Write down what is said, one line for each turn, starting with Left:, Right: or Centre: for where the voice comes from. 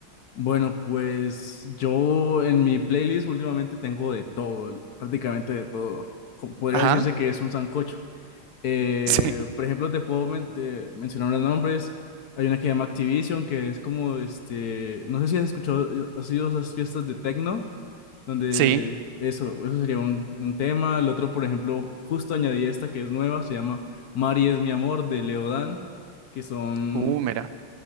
Left: Bueno, pues yo en mi playlist últimamente tengo de todo, prácticamente de todo. Co- Podría
Right: Ajá,
Left: decirse que es un sancocho. Eh,
Right: <laughs> sí,
Left: por ejemplo, te puedo men- de- mencionar los nombres. Hay una que se llama Activision, que es como, este, no sé si has escuchado, eh, has ido a esas fiestas de techno. donde
Right: sí,
Left: eso, eso sería un, un tema. El otro, por ejemplo, justo añadí esta que es nueva, se llama Mari es mi amor de Leo Dan, que son,
Right: uh, mira.